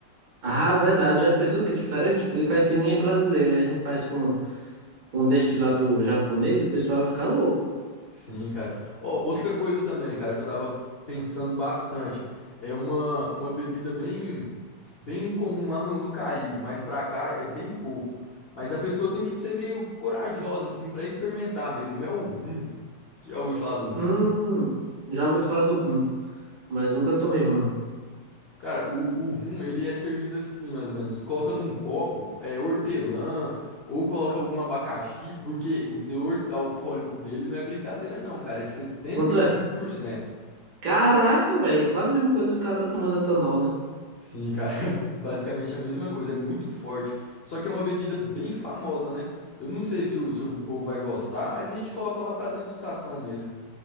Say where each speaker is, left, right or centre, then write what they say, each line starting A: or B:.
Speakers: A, on the right (about 60°); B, on the left (about 55°).
A: Ah, verdade. Já pensou que é diferente? Porque caipirinha é brasileira. Aí a gente faz com, com um destilado japonês, o pessoal vai ficar louco.
B: Sim, cara. Ó, outra coisa também, cara, que eu tava pensando bastante, é uma, uma bebida bem bem comum lá no, no Caribe, mas pra cá é bem pouco. Mas a pessoa tem que ser meio corajosa, assim, pra experimentar mesmo. É o rum. Já ouviu falar do rum?
A: Hum, já ouvi falar do rum, mas nunca tomei rum.
B: Cara, o, o rum, ele é servido assim, mais ou menos. Coloca num copo, é, hortelã, ou coloca algum abacaxi, porque o teor alcoólico dele não é brincadeira não, cara, é setenta
A: Quanto
B: e cinco
A: é?
B: por cento
A: Caraca, velho. Quase a mesma coisa que o cara tá tomando etanol, né?
B: Sim, cara, <laughs> é basicamente a mesma coisa, é muito forte. Só que é uma bebida bem famosa, né? Eu não sei se o, se o povo vai gostar, mas a gente coloca lá pra degustação mesmo.